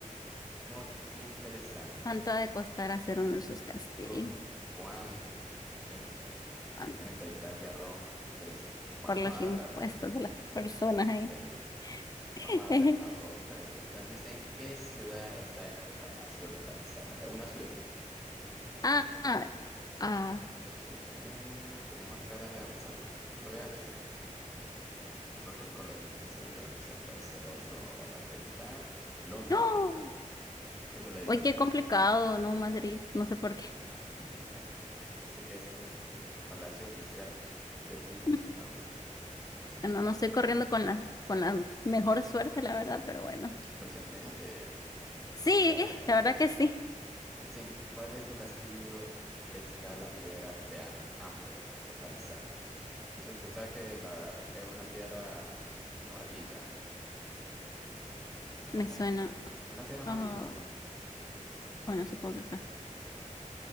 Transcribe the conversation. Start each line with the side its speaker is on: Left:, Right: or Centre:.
Centre: muy interesante.
Left: ¿Cuánto ha de costar hacer uno de esos castillos?
Centre: Uf, cuánto, imagínate.
Left: ¿Cuán-
Centre: Bueno, y está Italia, Roma, interesante. Vamos
Left: Por los
Centre: a darle,
Left: impuestos de las personas
Centre: <laughs>
Left: ahí.
Centre: vamos
Left: <laughs>
Centre: a darle a otra, a ver qué tal. Dice, ¿en qué ciudad está este palacio localizado? Es una ciudad.
Left: Ah, ah, ah.
Centre: Este, a ver, tiene más cara de Ámsterdam. Yo lo voy a Ámsterdam por los coloritos ahí, pero no sé, puede ser otro. a ver qué tal. London,
Left: ¡Oh!
Centre: ¿tú qué le diste?
Left: Oye, qué complicado, ¿no, Madrid? No sé por qué.
Centre: <laughs> Dice que es un, el palacio oficial de Buckingham.
Left: <clears throat>
Centre: No sé qué
Left: Bueno,
Centre: busca,
Left: no estoy corriendo con las, con la mejor suerte, la verdad, pero bueno.
Centre: pero se aprende,
Left: Sí,
Centre: se aprende.
Left: la verdad que sí.
Centre: Dicen, ¿cuál de estos castillos está la piedra de A- Amber localizada? No sé, tú sabes que la, la- es una piedra amarillita, como
Left: Me suena.
Centre: una piedra amarillita,
Left: ah, bueno, supongo que acá.